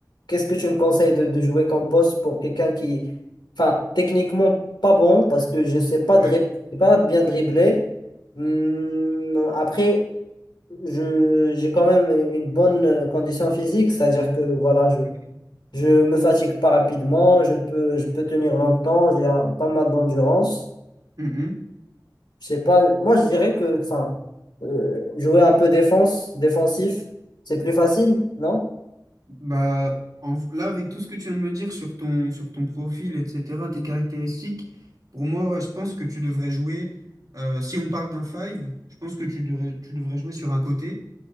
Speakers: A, on the left; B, on the right.
A: Qu'est-ce que tu me conseilles de, de jouer comme poste pour quelqu'un qui, enfin, techniquement pas bon parce que je sais pas
B: Ouais.
A: dribbler, je sais pas bien dribbler. Hum, après, je, j'ai quand même une bonne euh, condition physique, c'est-à-dire que voilà, je,
B: Ok.
A: je me fatigue pas rapidement, je peux, je peux tenir longtemps, j'ai un- pas mal d'endurance.
B: Mhm.
A: Je sais pas, moi je dirais que, enfin, euh, jouer un peu défense, défensif, c'est plus facile, non?
B: Bah, en- là, avec tout ce que tu viens de me dire sur ton, sur ton profil, etc., tes caractéristiques, pour moi, ouais, je pense que tu devrais jouer, euh, si on parle d'un five, je pense que tu devrais, tu devrais jouer sur un côté,